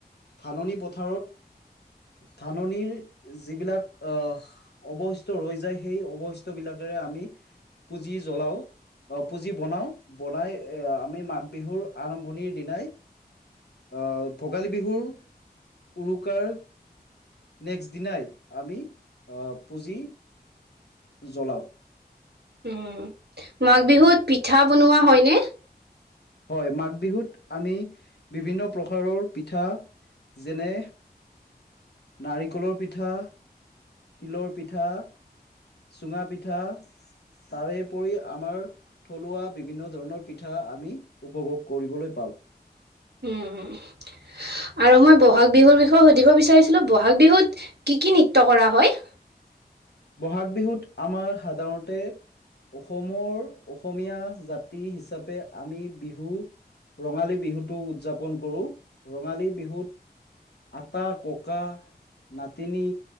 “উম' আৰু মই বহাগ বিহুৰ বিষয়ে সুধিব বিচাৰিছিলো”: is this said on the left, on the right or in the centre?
Right